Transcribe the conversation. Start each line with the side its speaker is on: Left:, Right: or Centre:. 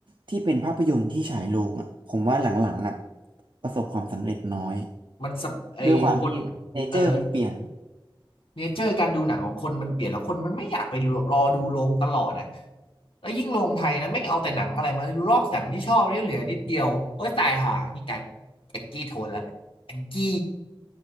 Right: ที่เป็นภาพยนตร์ที่ฉายโรงอ่ะผมว่าหลังๆอ่ะประสบความสำเร็จน้อย
Left: มันสะไอ้คน
Right: ด้วยความที่เนเจอร์มันเปลี่ยน
Left: เออเนเจอร์การดูหนังของคนมันเปลี่ยนแล้วคนมันไม่อยากไปรอดูโรงตลอดอ่ะแล้วยิ่งโรงไทยนะไม่งเอาแต่หนังอะไรมาดูรอบหนังที่ชอบเนี่ยเหลือนิดเดียวโอ้ยตายห่านี่กลายเป็นแองกี้โทนแลวแองกี้